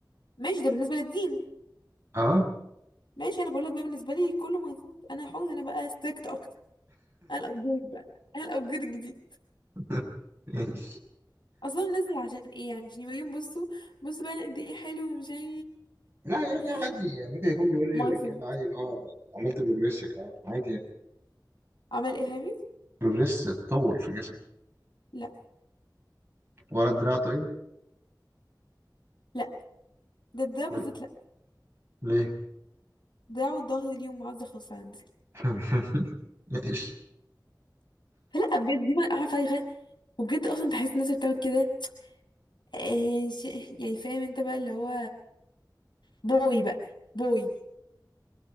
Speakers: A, on the left; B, on the right.
A: ماشي ده بالنسبة للدين
B: أه
A: ماشي انا بقول لك بقى بالنسبة لي كله مرفوض انا حر انا بقى ستريكت اكتر انا الابجريد بقى انا الابجريد الجديد
B: <laughs>
A: اصلا منزل عشان ايه يعني عشان يبين بصوا بصوا بقى أنا قد ايه حلو ومش عارف
B: لا يعني
A: إيه.
B: عادي يعني ممكن يكون بيوري
A: مرفوض
B: الرجالة عادي اللي هو أنا عملت بروجريس يا جدعان عادي يعني
A: عمل ايه يا حبيبي
B: بروجريس تطور في جسمك
A: لا
B: ولا دراع طيب
A: لا ده ده بالذات
B: ولا
A: لا
B: ليه؟
A: ده والظهر اليوم معز خالص عندي
B: <laughs> ليش؟
A: لا بجد دي مرقعة فايغة وبجد اصلا بحس الناس اللي بتعمل كده آه، ش- يعني فاهم انت بقى اللي هو بوي بقى بوي